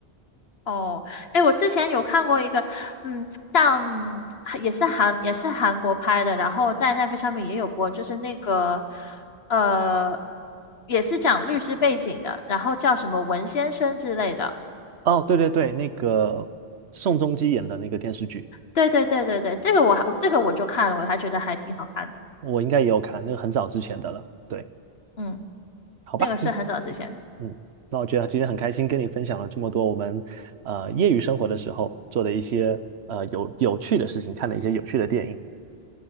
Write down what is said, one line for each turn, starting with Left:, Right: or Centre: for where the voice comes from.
Left: 哦，哎，我之前有看过一个，嗯，像也是韩也是韩国拍的，然后在奈飞上面也有播，就是那个呃，也是讲律师背景的，然后叫什么文先生之类的。
Right: 哦，对对对，那个宋仲基演的那个电视剧，
Left: 对对对对对，这个我还这个我就看了，我还觉得还挺好看的。
Right: 我应该也有看，那个很早之前的了。对，
Left: 嗯，
Right: 好吧。
Left: 那个是很早之前。
Right: 嗯。嗯，那我觉得今天很开心跟你分享了这么多我们呃业余生活的时候做的一些呃有有趣的事情，看的一些有趣的电影。